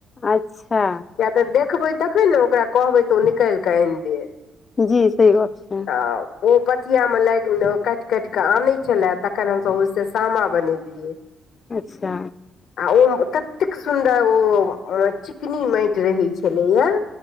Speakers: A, on the left; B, on the left.
A: अच्छा
B: किया तऽ देखबैय तखने ओकरा कहबै तऽ ओ निकालि कऽ आनि देत
A: जी सही गप्प छै
B: तऽ ओ पथिआमे काटि काटि कऽ आनै छलै तखन हम सभ ओहिसँ सामा बनेलियै
A: अच्छा
B: आ ओ कततेक सुन्दर ओ चिकनी माटि रहै छलैया